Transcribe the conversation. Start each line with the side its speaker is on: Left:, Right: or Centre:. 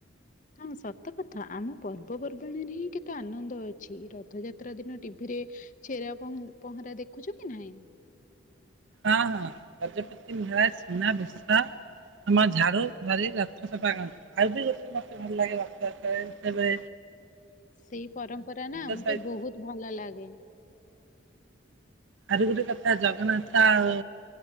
Left: ହଁ ସତକଥା ଆମ ପର୍ବପର୍ବାଣିୀରେ ହିଁ କେତେ ଆନନ୍ଦ ଅଛି, ରଥଯାତ୍ରା ଦିନ ଟିଭିରେ ଛେରା ପହଁ ପହଁରା ଦେଖୁଛ କି ନାଇଁ?
Right: ହଁ ହଁ ଗଜପତି ମହା <unintelligible> ସୁନା ବେଶ ଆମ ଝାଡ଼ୁ ଧାରି ରଥ ସଫା କରନ୍ତି। ଆଉ ବି ଗୋଟେ ମତେ ଭଲ ଲାଗେ ରଥ ଯାତ୍ରା ରେ, ଏବେ
Left: ସେଇ ପରମ୍ପରା ନା ମତେ
Right: ସହିତ
Left: ବହୁତ ଭଲ ଲାଗେ।
Right: ଆଉରି ଗୋଟେ କଥା ଜଗନ୍ନାଥ ଆଉ